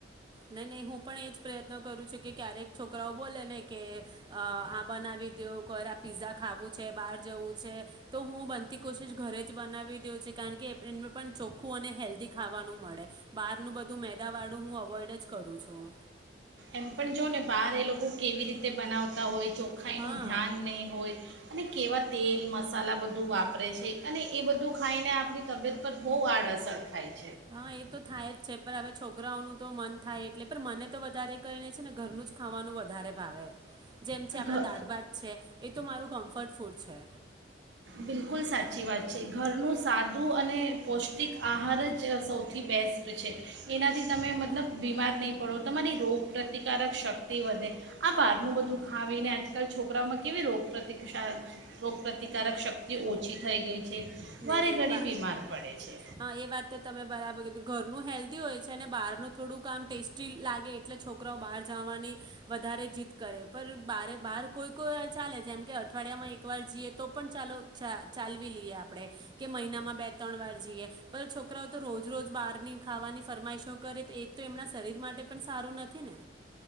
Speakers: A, on the right (about 25°); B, on the right (about 85°).
A: નહી નહીં હું પણ એ જ પ્રયત્ન કરું છું કે ક્યારેક છોકરાઓ બોલે ને કે આ બનાવી દ્યો <unintelligible> પીઝા ખાવું છે બહાર જવું છે તો હું બનતી કોશિશ ઘરે જ બનાવી દઉ છુ. કારણ કે એને પણ ચોખ્ખું અને હેલ્ધી ખાવાનું મળે. બહારનું બધું મેદાવાળું હું અવોઇડ જ જ કરું છું.
B: એમ પણ જો ને બહાર એ લોકો કેવી રીતે બનાવતા હોય ચોખાાઈનું
A: હા
B: ધ્યાન નહીં હોય. અને કેવા તેલ મસાલા બધું વાપરે છે અને એ બધું ખાઈને આપણી તબિયત પર બહુ આડઅસર થાય છ
A: હા એ તો થાય જ છે. પર હવે છોકરાઓનું તો મન થાય એટલે પણ મને તો વધારે કરીને છે ને ઘરનું જ ખાવાનું વધારે ભાવે જેમ છે આપડા
B: ઘ
A: દાળ ભાત છે. એ તો મારું કમ્ફર્ટ ફૂડ છે.
B: બિલકુલ સાચી વાત છે. ઘરનું સાદું અને પૌષ્ટિક આહાર જ સૌથી બેસ્ટ છે એનાથી તમે મતલબ બીમાર નહીં પડો, તમારી રોગપ્રતિકારક શક્તિ વધે આ બહારનું બધું ખાવીને આજકાલ છોકરાઓમાં કેવી રોગ પ્ર્રતિકારક રોગપ્રતિકાર કારક શક્તિ ઓછી થઈ ગઈ
A: નહીં
B: વારે
A: નહીં
B: ઘડી
A: વા
B: બીમાર પડે છે.
A: હા એ વાત તો તમે બરાબર કીધું ઘરનું હેલ્ધી હોય છે અને બહારનું થોડું કામ ટેસ્ટી લાગે એટલે છોકરાઓ બહાર જવાની વધારે જીદ કરે પણ બારે બહાર કોઈ કોઈ વાર ચાલે જેમ કે અઠવાડિયામાં એકવાર જઈએ તો પણ ચાલો ચા ચાલવી લઈએ આપ આપડે મહિનામાં બે ત્રણ વાર જઈએ પણ છોકરાઓ તો રોજ રોજ બહારની ખાવાની ફરમાઈશો કરે તો એ તો એમના શરીર માટે પણ સારું નથી ને.